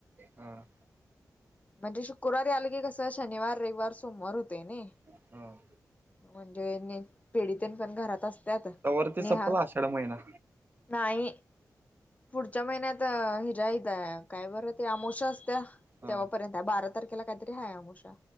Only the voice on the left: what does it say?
म्हणजे शुक्रवारी आलं की कसं शनिवार, रविवार, सोमवार, होतंय नाहीं.
म्हणजे पिढितंन पणं घरांत असतांत
नेहां.
नाहींय. पुढच्यां महिन्यांत हिजा हथ कायं बरं ते अमावस्या असत्यां
तेव्हांपर्यंत. बारा तारखेला कांहींतरी आहे अमावास्या